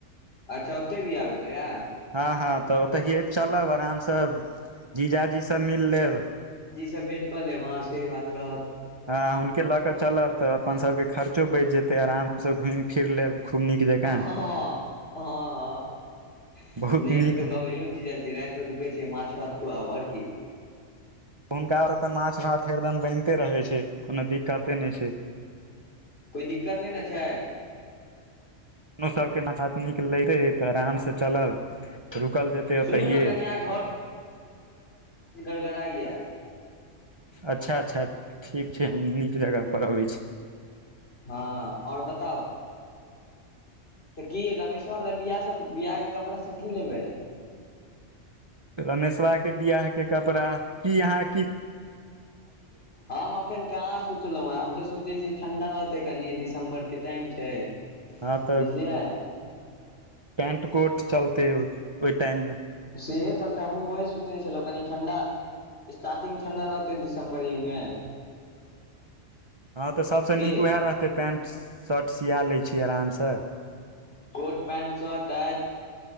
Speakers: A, on the left (about 50°); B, on the right (about 25°).
A: अच्छा ओते बिहा भेलइ या
B: हँ हँ तऽ ओतऽ है चलब आराम से जीजाजी स मिल लेब
A: सब भेंट कऽ लेब हँ से बात रहत
B: हा हुनके लऽ कऽ चलब तऽ अपन सबके खर्चो बचि जेतै आराम सँ घुमि फिर लेब खूब नीक जकाँ
A: हँ ह हँ
B: बहुत
A: नहि
B: नीक
A: हेते तऽ कह बइ यो जीजा जी रएत भर रुकै छि माछ भात खुआब और की
B: हुनका ओ तऽ माछ भात एकरदम बनिते रहै छै कोनो दिक्कते नहि छै
A: कोइ दिक्कत नहि नहि ने छै
B: को सबके माथा निक ल <unintelligible> तऽ आराम सँ चलब रुकल जेतै ओतहि
A: सुनू ने
B: ये
A: कनि अहाँ गढ़इया
B: अच्छा अच्छा ठीक छै हम नीक जगहपर अबै छी
A: हँ ओर बताउ तऽ की रमेश्वर ले बियाहसभ बियाहके कपड़ासभ की लेबै
B: रमेशवा के बियाह के कपड़ा की यहाँ
A: हम एखन कहाँ सोचलहुँ हेँ हम तऽ सोचै छी ठंडा रह ते कनि दिसम्बर के टाइम छै
B: हँ तऽ
A: बुझलियै
B: पेंट कोट चलते ओहि टाइम मे
A: सेहे चलतेै हम हु वोहे सोचेने छलहु कनि ठण्डा स्टार्टिंग ठण्डा रहतेै दिसम्बर हे मे
B: <inaudible> हँ तऽ सभसँ
A: की
B: नीक उएह रहतै पैंट शर्ट सिया लै छीै आरामसँ
A: कोट पैंट शर्ट अए